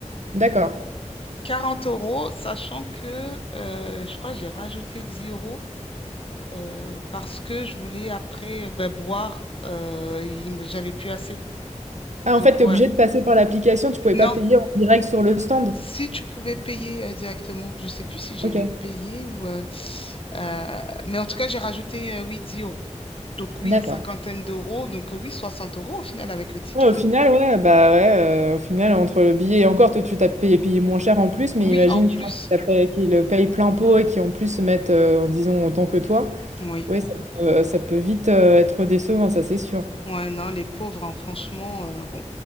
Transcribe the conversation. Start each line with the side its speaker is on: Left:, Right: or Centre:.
Right: D'accord.
Left: 40 euros, sachant que euh, je crois que j'ai rajouté 10 euros euh, parce que je voulais après euh, ben, boire. euh, il me- j'avais plus assez.
Right: Ah,
Left: Donc
Right: en fait, t'es
Left: ouais.
Right: obligé de passer par l'application, tu pouvais pas
Left: Non,
Right: payer en direct sur le stand.
Left: si tu pouvais payer euh, directement, je sais plus si j'avais
Right: Ok.
Left: payé ou... euh, euh, mais en tout cas, j'ai rajouté euh, oui, 10 euros. Donc oui,
Right: D'accord.
Left: une cinquantaine d'euros. Donc euh, oui, 60 euros au final avec le ticket.
Right: Ouais, au final,
Left: hein.
Right: ouais, bah ouais, euh, au final, entre le billet et encore, toi, tu t'as payé, payé moins cher en plus, mais
Left: Oui,
Right: imagine
Left: en plus.
Right: les gens qui, t'as payé- qui le payent plein pot et qui en plus se mettent, euh, disons, autant que toi.
Left: Oui.
Right: Ouais, ça peut, ça peut vite euh, être décevant, ça c'est sûr.
Left: Ouais, non, les pauvres, hein, franchement, euh, bon.